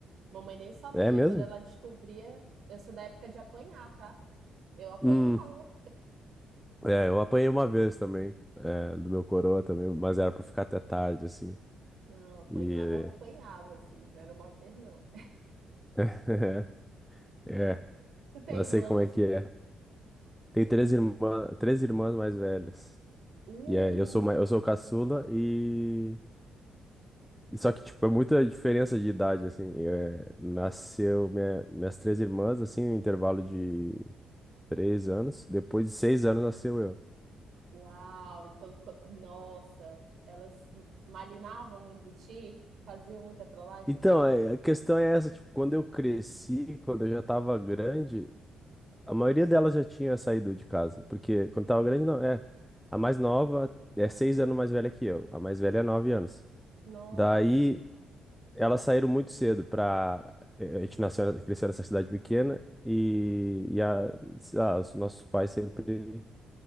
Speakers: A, on the right (about 70°); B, in the centre.
A: Mamãe nem sabia.
B: É mesmo?
A: Quando ela descobria, eu sou da época de apanhar, tá? Eu apanhava.
B: Hum. É, eu apanhei uma vez também. é, do meu coroa também. Mas era pra ficar até tarde, assim.
A: Não, apanhava,
B: E.
A: apanhava, assim. Não era uma vez, não.
B: <laughs> É.
A: <laughs> Tu tem
B: Não sei
A: irmãos?
B: como é que é. Tem três irmãs, três irmãs mais velhas.
A: Uh!
B: E é, eu sou, mai- eu sou o caçula e, e só que tipo é muita diferença de idade assim. É, nasceu minha- minhas três irmãs assim, em um intervalo de três anos. Depois de seis anos nasceu eu.
A: Uau, então, co- nossa, elas malinavam muito de ti? Faziam muita trollagem
B: Então,
A: contigo?
B: é, a questão é essa, tipo, quando eu cresci, quando eu já tava grande, a maioria delas já tinha saído de casa, porque quando tava grande não, é a mais nova é seis anos mais velha que eu, a mais velha é nove anos.
A: Nossa,
B: Daí Elas saíram muito cedo para a gente nasceu, cresceu nessa cidade pequena e, e a- ah, os nossos pais sempre